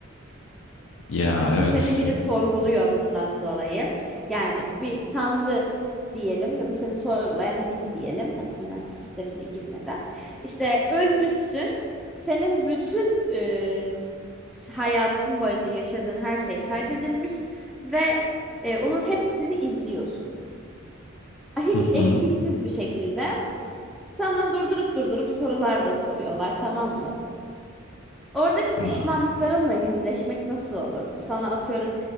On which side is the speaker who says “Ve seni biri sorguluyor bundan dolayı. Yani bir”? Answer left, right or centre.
Centre